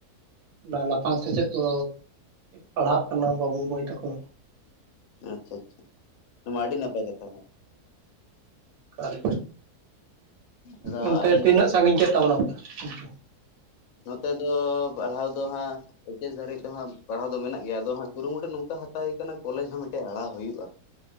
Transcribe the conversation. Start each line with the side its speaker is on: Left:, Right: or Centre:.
Right: ᱚᱱᱟ ᱞᱟᱯᱷᱟᱝ ᱥᱮᱪᱮᱫ ᱠᱚ ᱯᱟᱲᱦᱟᱜ ᱠᱟᱱᱟ ᱵᱟᱹᱵᱩ ᱢᱟᱹᱭ ᱛᱟᱠᱚ
Left: ᱟᱪᱪᱷᱟ ᱟᱪᱪᱷᱟ ᱱᱚᱣᱟ ᱢᱟ ᱟᱹᱰᱤ ᱱᱟᱯᱟᱭ ᱠᱟᱛᱷᱟ ᱠᱟᱱᱟ
Right: ᱦᱮᱞ
Left: ᱟᱫᱚ
Right: ᱚᱱᱛᱮ
Left: ᱟᱞᱮ
Right: ᱛᱤᱱᱟᱹᱜ
Left: ᱱᱚᱛᱮ
Right: ᱥᱟᱺᱜᱤᱧ ᱠᱮᱫ ᱛᱟᱵᱚᱱᱟ <unintelligible> ᱛᱷᱮᱝᱠᱤᱭᱩ
Left: ᱱᱚᱛᱮ ᱫᱚ ᱯᱟᱲᱦᱟᱣ ᱫᱚ ᱦᱟᱸᱜ ᱠᱚ ᱫᱷᱟᱹᱨᱤᱡ ᱫᱚ ᱦᱟᱸᱜ ᱯᱟᱲᱦᱟᱣ ᱫᱚ ᱢᱮᱱᱟᱜ ᱜᱮᱭᱟ ᱟᱫᱚ ᱦᱟᱸᱜ ᱠᱩᱨᱩᱢᱩᱴᱩ ᱱᱚᱝᱠᱟ ᱦᱟᱛᱟᱣ ᱠᱟᱱᱟ ᱠᱚᱞᱮᱡᱽ ᱦᱚᱸ ᱢᱤᱫᱴᱮᱡ ᱟᱲᱟᱜ ᱦᱩᱭᱩᱜᱼᱟ